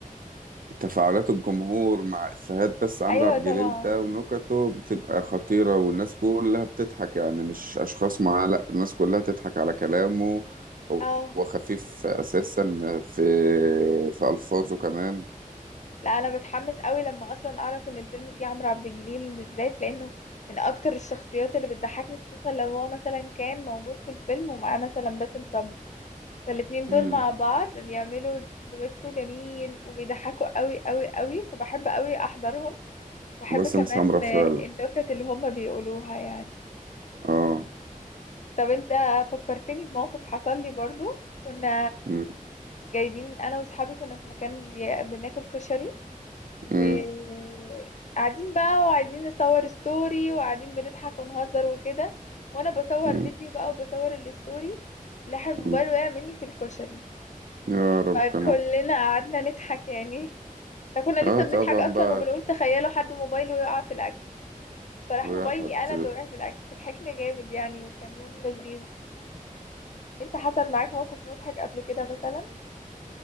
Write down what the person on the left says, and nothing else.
أيوة
طبعا
اه
لا أنا بتحمس قوي لما أصلا أعرف إن الفيلم فيه عمرو عبد الجليل بالذات لأنه من أكتر الشخصيات اللي بتضحكني خصوصا لو هو مثلا كان موجود في الفيلم ومعاه مثلا باسم سمرة فالاتنين
دول مع بعض بيعملوا دويتو جميل وبيضحكوا قوي قوي قوي فبحب قوي أحضرهم وبحب
كمان
آه، النكت اللي هما بيقولوها يعني
طب انت فكرتني بموقف حصل لي برضو كنا
جايبين انا واصحابي كنا في مكان بي- بناكل كشري وقاعدين
بقى وعايزين نصور ستوري وقاعدين بنضحك ونهزر وكده وانا بصور
فيديو بقى وبصور الستوري لاح الموبايل
وقع مني في الكشري
فكلنا قعدنا نضحك يعني احنا كنا
لسه
بنضحك اصلا
وبنقول تخيلوا حد موبايله يقع في الاكل فراح
موبايلي انا اللي وقع في الاكل فضحكنا جامد يعني وكان يوم لذيذ انت حصل معاك موقف مضحك قبل كده مثلا